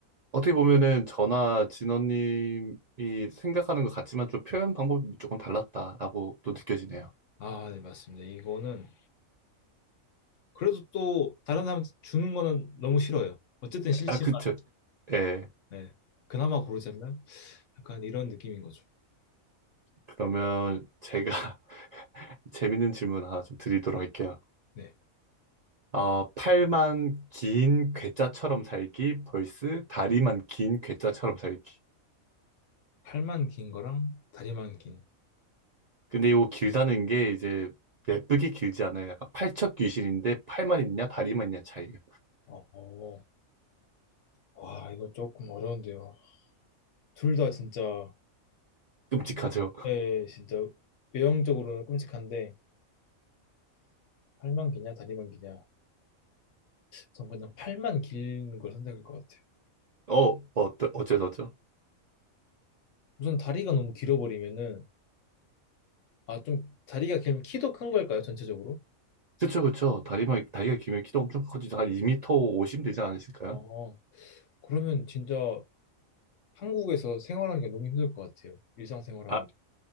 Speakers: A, on the right; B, on the left.
A: 어떻게 보면은 저나 진원님이 생각하는 것 같지만 좀 표현 방법이 조금 달랐다라고 또 느껴지네요.
B: 아, 네, 맞습니다. 이거는 그래도 또 다른 사람 주는 거는 너무 싫어요. 어쨌든 싫지만,
A: 아, 그쵸. 예,
B: 네. 그나마 고르자면 약간 이런 느낌인 거죠.
A: 그러면 제가 <laughs> 재밌는 질문 하나 좀 드리도록 할게요.
B: 네.
A: 어, 팔만 긴 괴짜처럼 살기, 벌스 다리만 긴 괴짜처럼 살기.
B: 팔만 긴 거랑 다리만 긴.
A: 근데 이거 길다는 게 이제 예쁘게 길지 않아요. 약간 팔척 귀신인데 팔만 있냐 다리만 있냐 차이예요.
B: 어, 어. 와, 이거 조금 어려운데요. 둘 다 진짜,
A: 끔찍하죠. <laughs>
B: 예, 진짜 외형적으로는 끔찍한데, 팔만 기냐, 다리만 기냐. 전 그냥 팔만 긴 걸 선택할 것 같아요.
A: 어, 어 어째서죠?
B: 우선 다리가 너무 길어버리면은 아, 좀 다리가 길면 키도 큰 걸까요, 전체적으로?
A: 그쵸, 그쵸. 다리만, 다리가 길면 키도 엄청 커지죠. 한2터50 되지 않으실까요?
B: 어, 그러면 진짜 한국에서 생활하는 게 너무 힘들 것 같아요. 일상생활하기.
A: 아,